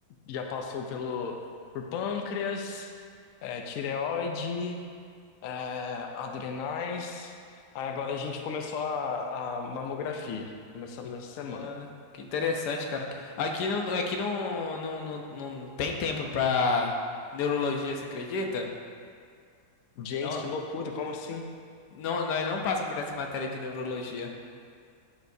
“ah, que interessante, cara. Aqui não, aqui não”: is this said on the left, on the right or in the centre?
Left